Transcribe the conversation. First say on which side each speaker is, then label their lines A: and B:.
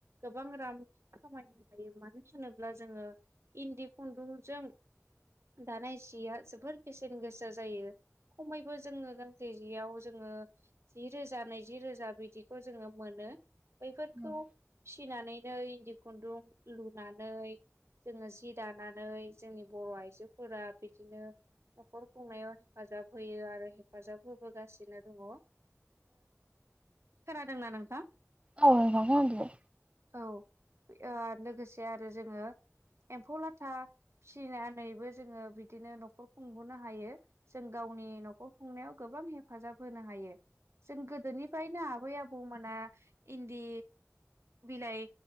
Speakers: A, on the right; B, on the right.
A: गोबां रां खामाय हायो। मानो होनोब्ला जोङो इन्दि खुन्दुंजों दानाय जिया जोबोर बेसेन गोसा जायो। खमैबो जोङो गांसे जियाव जोङो जि रोजा नैजि रोजा बिदिखौ जोङो मोनो। बैफोरखौ
B: औ औ
A: फिसिनानैनो इन्दि खुन्दुं लुनानै जोङो जि दानानै जोंनि बर' आइजोफोरा बिदिनो न'खर खुंनायाव हेफाजाब होयो आरो हेफाजाब होबोगासिनो दङ। जोङो। खोनादोंना नोंथां?
B: औ मा बुंदो।
A: औ ओ लोगोसे आरो जोङो एम्फौ लाथा फिसिनानैबो जोङो बिदिनो न'खर खुंबोनो हायो। जों गाव गावनि न'खर खुंनायाव गोबां हेफाजाब होनो हायो। जों गोदोनिफ्रायनो आबै आबौमोना इन्दि बिलाय